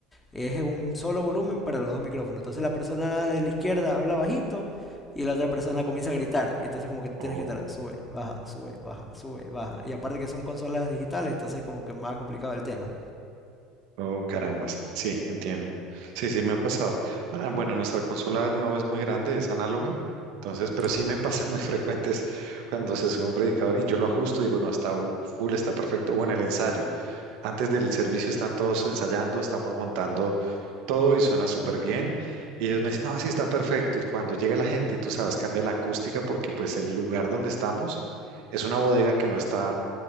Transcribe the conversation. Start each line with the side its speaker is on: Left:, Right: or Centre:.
Left: es un solo volumen para los dos micrófonos. Entonces la persona de la izquierda habla bajito y la otra persona comienza a gritar. Y entonces como que tienes
Right: Oh.
Left: que estar sube, baja, sube, baja, sube, baja. Y aparte que son consolas digitales, entonces como que más complicado el tema.
Right: Oh, carambas. Sí, entiendo. Sí, sí, me ha pasado. Ah, bueno, nuestra consola no es muy grande, es análoga. Entonces, pero
Left: Ajá.
Right: sí me pasa <laughs> muy frecuentes cuando se sube un predicador y yo lo ajusto, digo, no, está u- full, está perfecto. O en el ensayo. Antes del servicio están todos ensayando, estamos montando todo y suena súper bien. Y ellos me dicen, no, sí está perfecto. Y cuando llega la gente, tú sabes, cambia la acústica porque pues el lugar donde estamos es una bodega que no está